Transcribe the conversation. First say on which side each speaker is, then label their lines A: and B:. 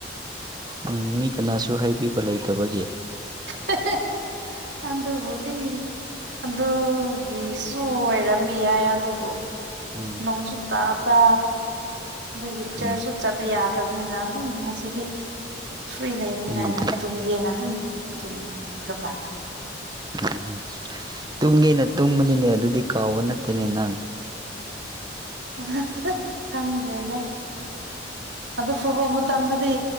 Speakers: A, on the right; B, on the right.
A: ꯎꯝ ꯃꯤ ꯀꯅꯥꯁꯨ ꯍꯥꯏꯕꯤꯕ ꯂꯩꯇꯕꯒꯤ
B: <unintelligible> ꯑꯗꯨꯕꯨꯗꯤ ꯑꯗꯨꯒꯤꯁꯨ ꯑꯣꯏꯔꯝꯕ ꯌꯥꯏ ꯑꯗꯨꯕꯨ
A: ꯎꯝ
B: ꯨꯡꯁꯨ ꯇꯥꯕꯥ ꯒꯤꯆꯔꯁꯨ
A: ꯎꯝ
B: ꯆꯠꯄ ꯌꯥꯗꯕꯅꯤꯅ ꯑꯗꯨꯝ ꯉꯁꯤꯗꯤ ꯐ꯭ꯔꯤ ꯂꯩꯕꯅꯤꯅ
A: ꯎꯝ
B: ꯑꯅ ꯇꯨꯝꯒꯦꯅ ꯑꯗꯨꯝ ꯇꯨꯝꯈ꯭ꯔꯕ
A: ꯎꯝ ꯇꯨꯝꯒꯦꯅ ꯇꯨꯝꯕꯅꯤꯅꯦ ꯑꯗꯨꯗꯤ ꯀꯥꯎꯕ ꯅꯠꯇꯦꯅꯦ ꯅꯪ
B: ꯑ ꯈꯪꯗ꯭ꯔꯦꯗ ꯑꯗꯨ ꯐꯨꯕ ꯃꯇꯝꯗꯗꯤ